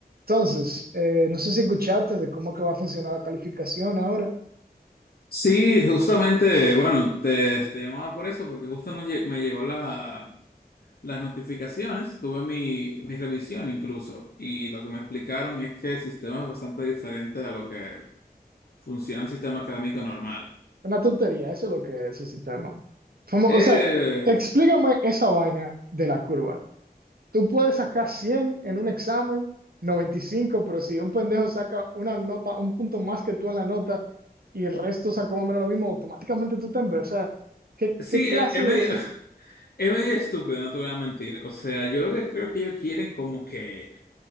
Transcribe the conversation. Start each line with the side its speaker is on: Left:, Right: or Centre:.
Right: Entonces, eh, no sé si escuchaste de cómo que va a funcionar la calificación ahora.
Left: Sí, justamente, bueno, te, te llamaba por eso, porque justo nos lle- me llegó la, las notificaciones, tuve mi, mi revisión incluso, y lo que me explicaron es que el sistema es bastante diferente a lo que funciona el sistema académico normal.
Right: Una tontería, eso es lo que es ese sistema. Como,
Left: Es,
Right: o sea, explícame esa vaina de la curva. Tú puedes sacar 100 en un examen, 95, pero si un pendejo saca una nota, un punto más que tú en la nota y el resto sacó más o menos lo mismo, automáticamente tú te ves. O sea, ¿qué,
Left: sí,
Right: qué clase
Left: es, es
Right: de...?
Left: medio, <laughs> es medio estúpido, no te voy a mentir. O sea, yo lo que creo que ellos quieren como que